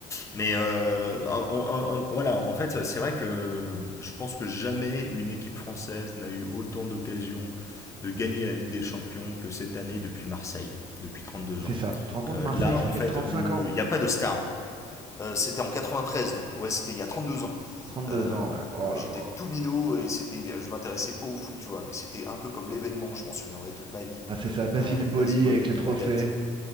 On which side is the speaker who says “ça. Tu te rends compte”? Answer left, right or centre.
Right